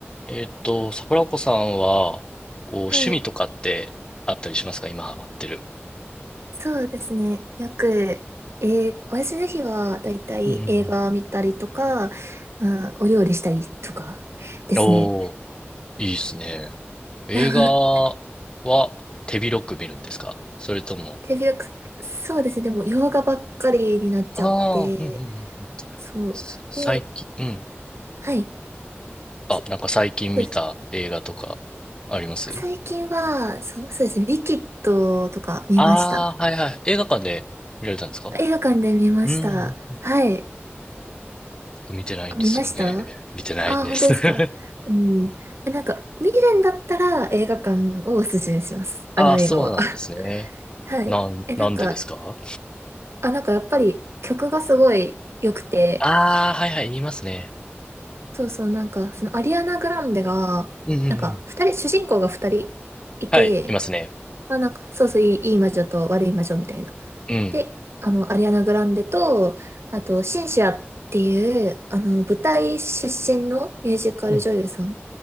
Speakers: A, on the left; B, on the right.
A: えーっと、桜子さんは、こう、趣味とかってあったりしますか今ハマってる。
B: はい、そうですね。よく、えーお休みの日はだいたい映画見たりとか、
A: うんうんうん
B: まあー、お料理したりとかですね。
A: おー、いいですね。映画は
B: <laughs>
A: 手広く見るんですかそれとも、
B: 手広く、そうですね。でも、洋画ばっかりになっちゃって、
A: ああ、うんうんうんうん。
B: そう。
A: す最近、
B: で、
A: うん。
B: はい。
A: あ、
B: そ
A: なんか最近見た映画とかあります
B: そうです。最近は、そう、そうですね。リキッドとか見ました。
A: ああー、はいはい。映画館で見られたんですか
B: 映画館で見ました。
A: うんうん
B: はい。
A: 僕見てないんですよね。
B: 見ましたあ
A: 見てないんです。
B: あ、本当ですか。
A: <laughs>
B: うん。え、なんか、見るんだったら映画館をおすすめします。
A: ああ、
B: あの映画は。
A: そうなんですね。
B: <laughs> はい。
A: なん、
B: え、
A: なんでですか
B: なんか、あ、なんかやっぱり曲がすごい良くて、
A: ああ、はいはい、言いますね。
B: そうそう、なんか、そのアリアナ・グランデが、
A: うんうんうん。
B: なんか、二人、主人公が二人いて、
A: はい、いますね。
B: まあなんか、そうそう、いい、いい魔女と悪い魔女みたいな。
A: うん。
B: で、あの、アリアナ・グランデと、あと、シンシアっていう、あの、舞台出身のミュージカル女優さん
A: うん。